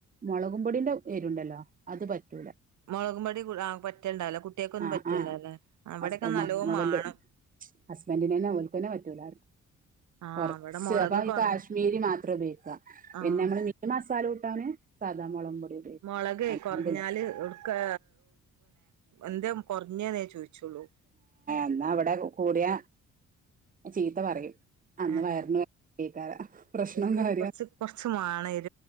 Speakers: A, on the right (about 25°); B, on the right (about 70°).
A: മുളകും പൊടീൻ്റെ എരുണ്ടല്ലോ അത് പറ്റൂല
B: മുളകും പൊടി ആ പറ്റണ്ടാവില്ല കുട്ടികൾക്കൊന്നും
A: ആഹ്
B: പറ്റണ്ടാവില്ല
A: ആഹ്
B: ഇവിടെക്കെ
A: അസ് <unintelligible>
B: നല്ലോ മാണം
A: അസ്ബൻ്റിനെന്നെ ഓൽക്കന്നെ പറ്റൂല
B: ആഹ്
A: കുറച്ച്
B: ഇവിടെ മുളക്
A: അപ്പോ ഈ
B: കുറഞ്ഞ
A: കാശ്മീരി മാത്രാ ഉപയോഗിക്ക
B: ആഹ്
A: പിന്നെ നമ്മള് മസാ ചാറൂട്ടാന് സാധാമുളകും പൊടി
B: മുളക്
A: അല്ലാണ്ടില്ല
B: കൊറഞ്ഞാല് ഇവടൊത്തെ എന്തേ കുറഞ്ഞ്ന്ന് ചോദിച്ചോലും
A: ഇന്നാ ഇവിടെ കൂടീയ ചീത്ത പറയും അന്ന്
B: ആഹ്
A: വയറിന് പറ്റേക്കാര്യം പ്രശ്‌നോം
B: ഓൽക്ക്
A: കാര്യാ
B: കൊറച്ച് <unintelligible>